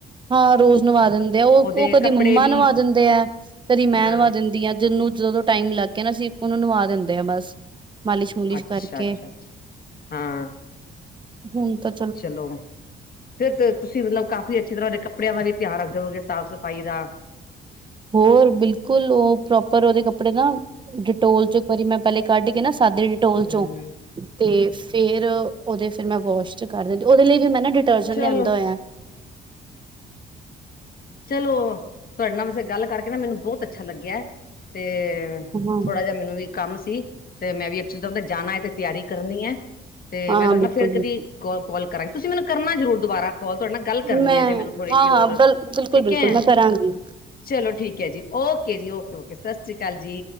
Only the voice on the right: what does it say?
ਹਾਂ ਰੋਜ਼ ਨਵਾ ਦਿੰਦੇ ਆ, ਓ‌
ਓ ਕਦੀ
ਮੰਮਾ
ਨਵਾ ਦਿੰਦੇ ਐ। ਕਦੀ ਮੈਂ
ਨਵਾ ਦਿੰਦੀ ਹਾਂ। ਜਿਹਨੂੰ ਜਦੋਂ ਟਾਈਮ ਲੱਗ ਗਿਆ ਨਾ ਅਸੀਂ ਉਹਨੂੰ ਨਵਾ ਦਿੰਦੇ ਆ ਬਸ। ਮਾਲਿਸ਼-ਮੁਲਿਸ਼
ਕਰਕੇ
ਹੁਣ ਤਾਂ
ਹੋਰ ਬਿਲਕੁਲ ਉਹ ਪ੍ਰੋਪਰ ਓਦੇ ਕੱਪੜੇ ਨਾ ਡਿਟੋਲ ਚ ਇੱਕ ਵਾਰੀ ਮੈਂ ਪੈਲੇ ਕੱਢ ਕੇ ਨਾ ਸਾਦੇ ਡਿਟੋਲ
ਚੋਂ ਤੇ ਫੇਰ ਓਦੇ ਫਿਰ ਮੈਂ ਵਾਸ਼ ਕਰ ਦਿੰਦੀ ਓਦੇ ਲਈ ਵੀ ਮੈਂ ਨਾ ਡਿ ਟਰਜਨ
ਲਿਆਂਦਾ ਹੋਯਾ।
ਹਾਂ
ਹਾਂ
ਹਾਂ
ਬਿਲਕੁਲ
ਬਿਲਕੁਲ
ਮੈਂ
ਹਾਂ
ਹਾਂ ਬਿਲ ਬਿਲਕੁਲ
ਬਿਲਕੁਲ
ਮੈਂ ਕਰਾਂਗੀ।